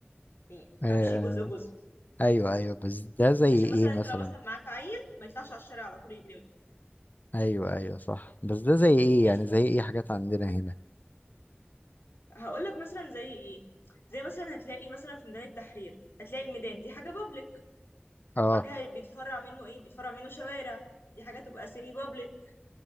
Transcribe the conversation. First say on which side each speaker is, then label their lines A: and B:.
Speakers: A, on the left (about 75°); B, on the left (about 45°).
A: يعني
B: آه
A: امشي جزء جزء
B: ايوه ايوه بس ده زي
A: عشان
B: ايه
A: مثلا
B: مثلا
A: انت لو مثلا معاك عيل ما يطلعش على الشارع على طول يجري منك
B: ايوه ايوه صح بس ده زي ايه
A: ماشي
B: يعني زي ايه حاجات عندنا هنا
A: هقول لك مثلا زي ايه زي مثلا هتلاقي مثلا في ميدان التحرير هتلاقي الميدان دي حاجه بابليك
B: اه
A: وبعد كده بيتفرع منه ايه بيتفرع منه شوارع دي حاجه تبقى سيمي بابليك